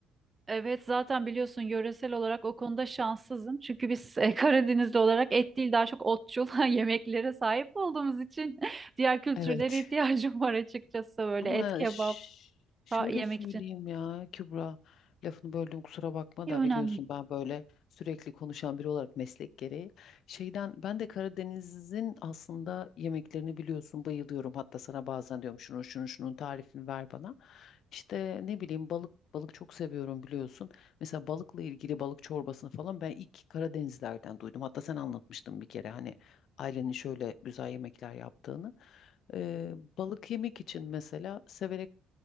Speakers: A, on the right; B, on the left.
A: Evet zaten biliyorsun yöresel olarak o konuda şanssızım. Çünkü biz e, Karadenizli olarak et değil daha çok otçul <laughs> yemeklere sahip olduğumuz için <laughs> diğer kültürlere
B: Evet.
A: ihtiyacım var açıkçası böyle
B: Ama
A: et kebap
B: ş- şöyle
A: da yemek
B: söyleyeyim
A: için.
B: ya Kübra, lafını böldüm kusura bakma
A: İyi
B: da
A: önemli
B: biliyorsun
A: değil.
B: ben böyle sürekli konuşan biri olarak meslek gereği. Şeyden ben de Karadeniz'in aslında yemeklerini biliyorsun bayılıyorum. Hatta sana bazen diyorum şunu şunu şunun tarifini ver bana. İşte ne bileyim balık balık çok seviyorum biliyorsun. Mesela balıkla ilgili balık çorbasını falan ben ilk Karadenizlerden duydum. Hatta sen anlatmıştın bir kere hani ailenin şöyle güzel yemekler yaptığını. Ee, balık yemek için mesela severek